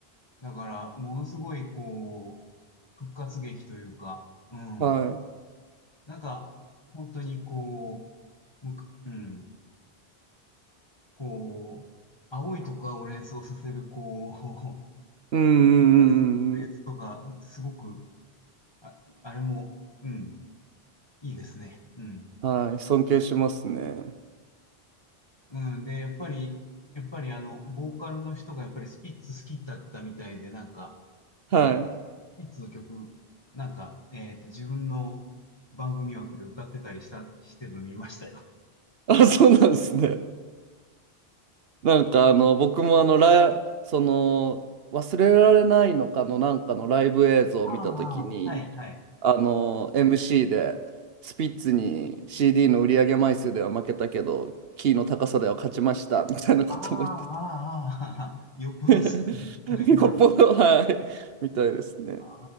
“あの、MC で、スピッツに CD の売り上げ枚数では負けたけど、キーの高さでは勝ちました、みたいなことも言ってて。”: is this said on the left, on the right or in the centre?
Right